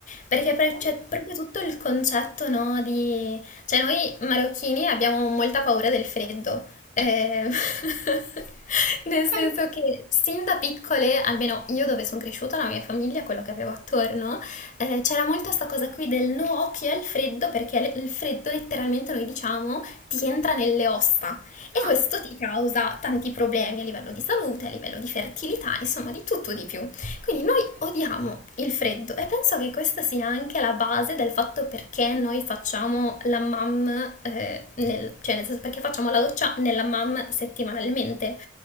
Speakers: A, on the left; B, on the right.
A: Perché per-
B: Bello.
A: c'è proprio tutto il concetto, no, di... Cioè noi marocchini abbiamo molta paura del freddo. Eh, <laughs> Nel
B: Ok.
A: senso che sin da piccole, almeno io dove sono cresciuta, la mia famiglia, quello che avevo attorno, eh, c'era molto questa cosa qui del no occhio al freddo, perché il freddo letteralmente noi diciamo ti entra nelle ossa. E
B: Ah,
A: questo ti causa tanti problemi a livello di salute, a livello di fertilità, insomma di tutto di più. Quindi noi
B: ok.
A: odiamo il freddo e penso che questa sia anche la base del fatto perché noi facciamo la mam, eh, nel- cioè nel senso perché facciamo la doccia nella mam settimanalmente.